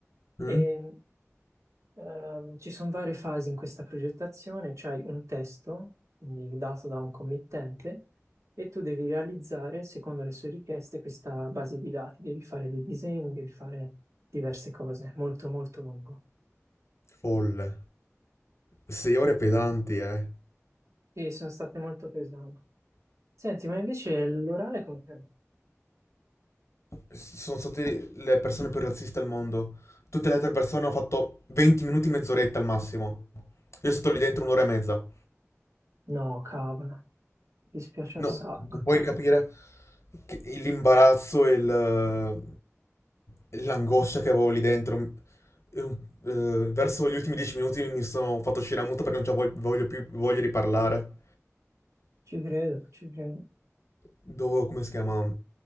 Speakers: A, on the left; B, on the right.
A: Mm?
B: E ehm, ci sono varie fasi in questa progettazione, c'hai un testo, quindi dato da un committente, e tu devi realizzare, secondo le sue richieste, questa base di dati. Devi fare dei disegni, devi fare diverse cose, molto molto lungo.
A: Folle. Sei ore pesanti, eh.
B: Sì, sono state molto pesanti. Senti, ma invece l'orale come... te-
A: sono state le persone più razziste al mondo. Tutte le altre persone hanno fatto 20 minuti, mezz'oretta al massimo. Io sono stato lì dentro un'ora e mezza.
B: No, cavolo, mi dispiace un
A: No,
B: sacco.
A: non puoi capire che- l'imbarazzo e il- eh, l'angoscia che avevo lì dentro. E un- eh, verso gli ultimi dieci minuti mi sono fatto uscire a muto perché non ci voglio, voglio più, voglio riparlare.
B: Ci credo, ci credo.
A: Dopo, come si chiama?